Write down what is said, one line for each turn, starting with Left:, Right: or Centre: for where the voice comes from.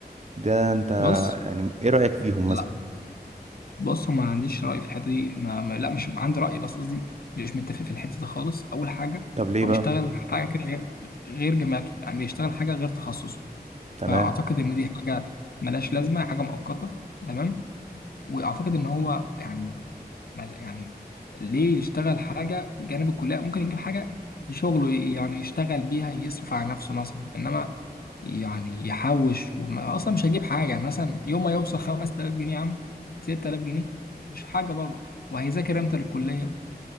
Right: ده انت
Left: بص
Right: يعني ايه رأيك فيهم
Left: لا
Right: مثلا
Left: بص ما عنديش راي في الحته دي ما ما لا مش عندي راي بس قصدي مش متفق في الحته دي خالص اول حاجه
Right: طب ليه
Left: هو
Right: بقى
Left: بيشتغل حاجه غير غير جامعته يعني بيشتغل حاجه غير تخصصه
Right: تمام
Left: فاعتقد ان دي حاجه ملهاش لازمه حاجه مؤقته تمام واعتقد ان هو يعني مل- يعني ليه يشتغل حاجه جانب الكليه ممكن يجيب حاجه شغله ي- يعني يشتغل بيها يصرف على نفسه مثلا انما يعني يحوش وما اصلا مش هيجيب حاجه يعني مثلا يوم ما يوصل 5000 جنيه يا عم 6000 جنيه مش حاجه برضه وهيذاكر امتى للكليه